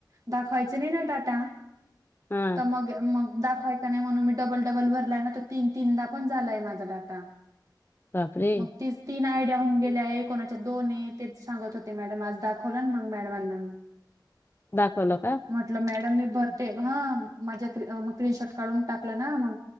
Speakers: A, on the right; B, on the left.
A: दाखवायचं नाही ना टाटा
B: हा
A: तर मग. मग दाखवायचा नाही म्हणून मी डबल डबल भरलाय ना तर तीन तीनदा पण झालाय माझा डाटा.
B: बापरे
A: मग ती तीन आयडिया होऊन गेल्या एक कोणाच्या दोन आहे तेच सांगत होते मॅडम आज दाखवला मग मॅडमांना मग
B: दाखवलं का?
A: म्हंटलं मॅडम हेी भरते हा माझ्या क मग क्रीनशॉट काढून टाकलं ना मग